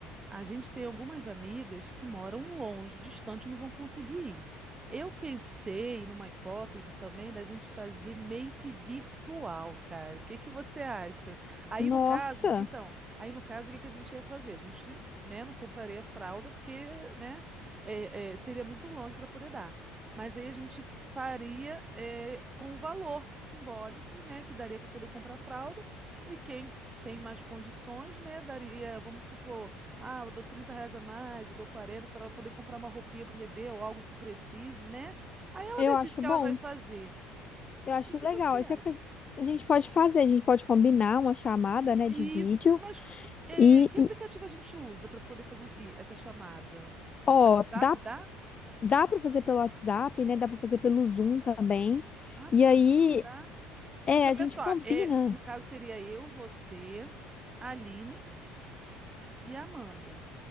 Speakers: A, on the right; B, on the left.
A: A gente tem algumas amigas que moram longe, distante, e não vão conseguir ir. Eu pensei numa hipótese também da gente fazer meio que virtual, cara. O que que você acha? Aí
B: Nossa,
A: no caso, então, aí no caso, o que que a gente ia fazer? A gente, né, não compraria fralda porque, né, é, é, seria muito longe para poder dar. Mas aí a gente faria é, com o valor simbólico, né, que daria para poder comprar fralda. E quem tem mais condições, né? Daria, vamos supor, ah, eu dou 30 reais a mais, eu dou 40 para ela poder comprar uma roupinha para o bebê ou algo que precise, né? Aí ela
B: eu
A: decide
B: acho
A: o que
B: bom.
A: ela vai fazer.
B: Eu acho
A: O que
B: legal.
A: você
B: Esse
A: acha?
B: é que a gente pode fazer, a gente pode combinar uma chamada, né,
A: Isso,
B: de vídeo
A: mas co- é,
B: e,
A: que aplicativo
B: e,
A: a gente usa para poder fazer i- essa chamada?
B: ó,
A: Pelo WhatsApp
B: dá
A: dá?
B: dá para fazer pelo WhatsApp, né? Dá para fazer pelo Zoom também.
A: Ah, pelo
B: E aí,
A: Zoom também dá?
B: é,
A: Porque
B: a gente
A: olha só,
B: combina.
A: é, no caso seria eu, você, a Aline e a Amanda.